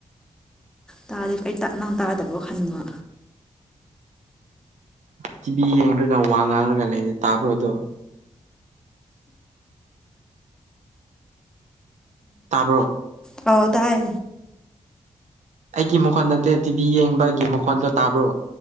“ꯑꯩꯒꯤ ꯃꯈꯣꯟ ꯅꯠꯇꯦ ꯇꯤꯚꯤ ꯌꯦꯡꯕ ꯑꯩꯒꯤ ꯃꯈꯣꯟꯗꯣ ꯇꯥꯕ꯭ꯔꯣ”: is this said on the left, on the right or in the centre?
Right